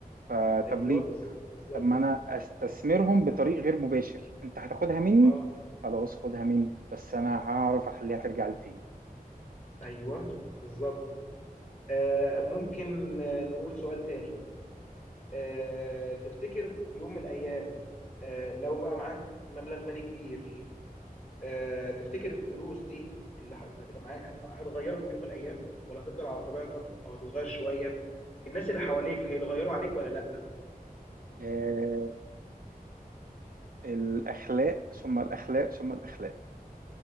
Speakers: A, on the right; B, on the left.
A: فطب
B: ايوه
A: ليه
B: بز- بالظبط
A: طب ما انا استثمرهم بطريق غير مباشر انت هتاخدها مني
B: اه
A: خلاص خدها مني بس انا هعرف اخليها ترجع لي تاني
B: ايوه بالظبط آه ممكن آه، نقول سؤال تاني آه تفتكر في يوم من الايام آه لو بقى معاك مبلغ مالي كبير آه، تفتكر الفلوس دي اللي ه- اللي هتبقى معاك هت- هتغيرك في يوم من الايام ولا هتفضل على طبيعتك او هتتغير شويه الناس اللي حواليك هيتغيروا عليك ولا لا
A: آه... الاخلاق ثم الاخلاق ثم الاخلاق